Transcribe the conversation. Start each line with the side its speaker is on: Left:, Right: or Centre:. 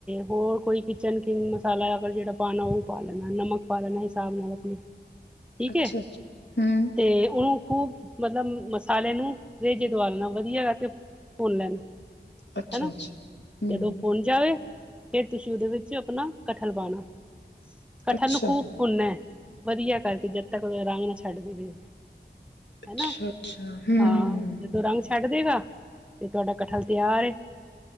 Centre: ਹੋਰ ਕੋਈ ਕਿਚਨ ਕਿੰਗ ਮਸਾਲਾ ਅਗਰ ਜਿਹੜਾ ਪਾਣਾ ਉਹ ਪਾ ਲੈਂਨਾ ਨਮਕ ਪ ਲੈਣਾ ਹਿਸਾਬ ਨਾਲ ਆਪਣੇ। ਠੀਕ
Left: ਅੱਛਾ,
Centre: ਹੈ,
Left: ਅੱਛਾ ਹੂੰ,
Centre: ਤੇ ਉਹਨੂੰ ਖੂਬ ਮਤਲਬ ਮਸਾਲੇ ਨੂੰ ਰੇਜੇ ਦਵਾ ਲੈਣਾ ਵਧੀਆ ਕਰਕੇ ਭੁੰਨ ਲੈਣ
Left: ਅੱਛਾ,
Centre: ਹਨਾ,
Left: ਅੱਛਾ ਹੂੰ,
Centre: ਜਦੋਂ ਫੁਲ ਜਾਵੇ ਫਿਰ ਤੁਸੀਂ ਉਹਦੇ ਵਿੱਚ ਆਪਣਾ ਕਠਲ ਪਾਣਾ ਕਠਲ
Left: ਅੱਛਾ,
Centre: ਨੂੰ ਖੂਬ ਭੁੰਨਣਾ, ਵਧੀਆ ਕਰਕੇ ਜਦ ਤੱਕ ਉਹਦਾ ਰੰਗ ਨਾ ਛੱਡ ਦੇਵੇ।
Left: ਅੱਛਾ,
Centre: ਹੈਨਾ,
Left: ਅੱਛਾ ਹੂੰ
Centre: ਹਾਂ, ਜਦੋਂ ਰੰਗ ਛੱਡ ਦੇਗਾ, ਤੇ ਤੁਹਾਡਾ ਕਠਲ ਤਿਆਰ ਏ।